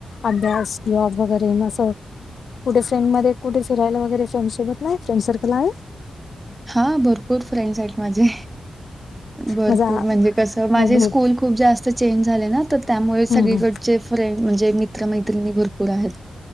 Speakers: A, on the left; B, on the right.
A: अभ्यास जॉब वगैरे मग अस कुठे फ्रेंड मध्ये कुठे फिरायला वगैरे फ्रेंडसोबत नाही? फ्रेंड सर्कल आहे?
B: हां. भरपूर फ्रेंड्स आहेत माझे. भरपूर
A: माझा
B: म्हणजे कसं माझी
A: मग भेट
B: स्कूल खूप जास्त चेंज झाले ना तर, त्यामुळे
A: हम्म
B: सगळीकडचे
A: हम्म
B: फ्रेंड म्हणजे मित्रमैत्रिणी भरपूर आहेत.